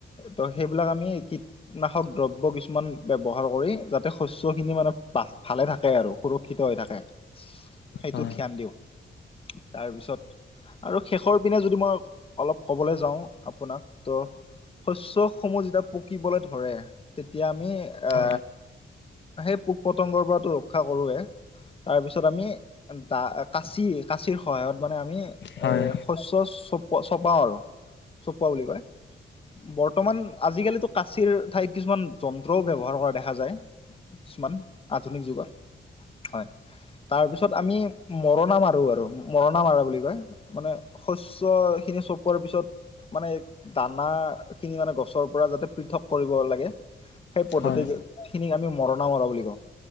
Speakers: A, on the left; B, on the left.
A: ত' সেইবিলাক আমি কিট নাশক দ্ৰব্য কিছুমান ব্যৱহাৰ কৰি যাতে, শস্য খিনি মানে ভালে থাকে আৰু। সুৰ ক্ষিত হৈ থাকে। সেইটো
B: হয়
A: ধ্যান দিওঁ। তাৰপিছত আৰু শেষৰ পিনে যদি মই অলপ ক'বলৈ যাওঁ আপোনাক, ত' শস্য সমূহ যেতিয়া পকিবলৈ ধৰে তেতিয়া আমি এ
B: হয়
A: সেই পোক-পতংগৰ পৰাটো ৰক্ষা কৰোৱে, তাৰপিছত আমি দা, কাঁচি কাঁচিৰ, সহায়ত মানে আমি
B: হয়
A: এ শস্যৰ চপোৱা চপাও আৰু, চপোৱা বুলি কয়। বৰ্তমান, আজিকালিতো কাচিৰ ঠাইত কিছুমান যন্ত্ৰও ব্যৱহাৰ কৰা দেখা যায়। কিছুমান আধুনিক যুগত হয়, তাৰপিছত আমি মৰণা মাৰো আৰু, মৰণা মাৰা বুলি কয়। মানে শস্য খিনি চপোৱাৰ পিছত মানে দানা খিনি মানে, গছৰ পৰা যাতে পৃথক কৰিব লাগে। সেই পদ্ধতি
B: হয় হয়
A: খিনিক আমি মৰণা মৰা বুলি কওঁ।